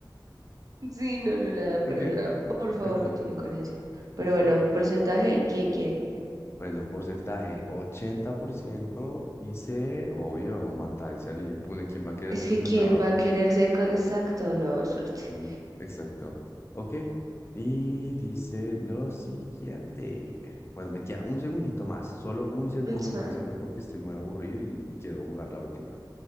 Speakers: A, on the right; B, on the left.
A: Sí, no, no la dan
B: Ok,
A: para nada. Por favor,
B: ok,
A: no tienen coherencia.
B: por
A: Pero
B: favor.
A: bueno, porcentaje de quién quiere.
B: Bueno, porcentaje, 80% dice, obvio, matarse a alguien impune, ¿quién va a querer
A: Es
B: ser condenado?
A: que quién va a quererse con exacto, no, suerte.
B: No, exacto. Ok. Y dice lo siguiente. Bueno, me queda un segundito más, solo un segundo
A: It's fine.
B: más, solo porque estoy muy aburrido y, y quiero jugar la última.